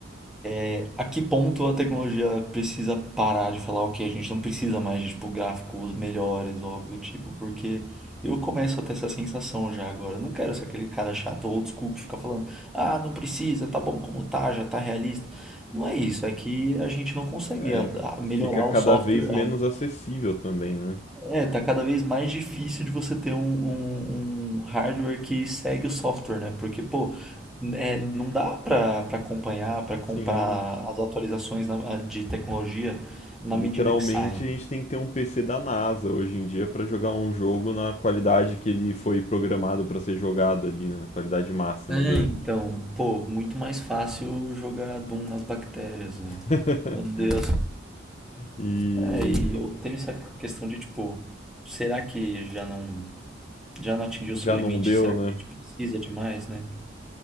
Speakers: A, in the centre; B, on the left.
A: é, a que ponto a tecnologia precisa parar de falar, ok, a gente não precisa mais de tipo, gráficos melhores ou algo do tipo, porque eu começo a ter essa sensação já agora. Eu não quero ser aquele cara chato old school que fica falando, ah, não precisa, tá bom como tá, já tá realista. Não é isso, é que a gente não consegue
B: É,
A: a- a melhorar
B: fica cada
A: o software,
B: vez menos acessível também, né?
A: é, tá cada vez mais difícil de você ter um, um- um hardware que segue o software, né? Porque, pô, é, não dá pra, pra acompanhar, pra comprar
B: Sim,
A: as atualizações na- de tecnologia na
B: Literalmente,
A: medida que saem.
B: a gente tem que ter um PC da NASA hoje em dia para jogar um jogo na qualidade que ele foi programado para ser jogado ali, né? Na qualidade máxima dele.
A: Então, pô, muito mais fácil jogar Doom nas bactérias, né?
B: <laughs>
A: Meu Deus.
B: E
A: É, e eu tenho essa questão de, tipo, será que já não, já não atingiu o seu
B: já
A: limite?
B: não deu,
A: Será
B: né?
A: que a gente precisa de mais, né?